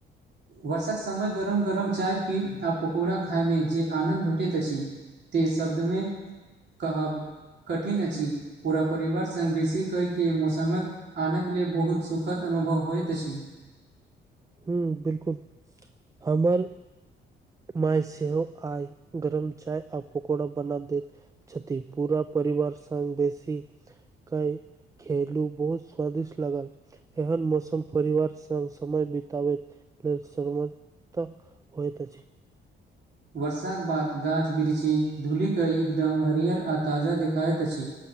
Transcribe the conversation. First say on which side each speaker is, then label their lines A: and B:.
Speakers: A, on the right; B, on the right.
A: वर्षक समय गरम गरम चाय पीब आ पकौड़ा खाइमे जे आनन्द भेटैत अछि। ते शब्द मे कहब कठिन अछि पूरा परिवार सँ बेसी कहै कि मौसममे आनन्द लेलऽ बहुत सुखद अनुभव होयत छी।
B: हू बिल्कूल हमर माय सेहो आई गरम चाय आ पकोड़ा बना देत छथि पूरा परिवार सँ बेसी कइ खलु बहुत स्वादिष्ट लागल एहन मौसम परिवार सँ समय ताब सम होत छै।
A: वर्षा कऽ बाद गाछ बिरछ धूलिकई एकदम हरिहर आ ताजा देख खायत अछि